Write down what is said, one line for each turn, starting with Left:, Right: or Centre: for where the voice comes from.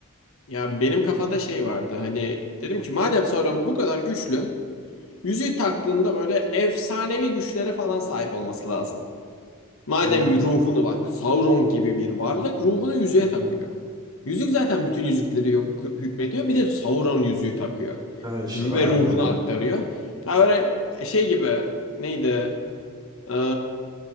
Left: Ya benim kafada şey vardı hani dedim ki madem Sauron bu kadar güçlü Yüzüğü taktığında böyle efsanevi güçlere falan sahip olması lazım. Madem
Right: Aynen.
Left: ruhunu bak Sauron gibi bir varlık ruhunu yüzüğe
Right: Hı hı.
Left: takıyor. Yüzük zaten bütün yüzükleri yok hükmediyor. Bir de Sauron yüzüğü takıyor.
Right: Ha işte
Left: Ve
Right: aynen
Left: ruhunu
Right: öyle.
Left: aktarıyor. Ha böyle şey gibi neydi? Ee,